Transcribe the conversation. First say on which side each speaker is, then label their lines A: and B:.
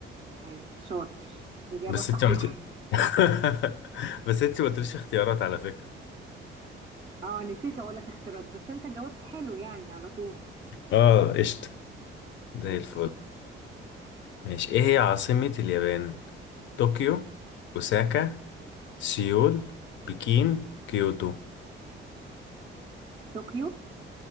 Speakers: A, on the right; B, on the left.
A: ايوه شاطر اجابة
B: بس
A: صحيحة
B: انت ما قلت- <laughs> بس انت ما قلتليش اختيارات على فكرة
A: اه نسيت اقول لك اختيارات بس انت جاوبت حلو يعني على طول
B: اه قشطة زي
A: ماشي
B: الفل ماشي ايه هي عاصمة اليابان طوكيو اوساكا سيول بكين كيوتو
A: طوكيو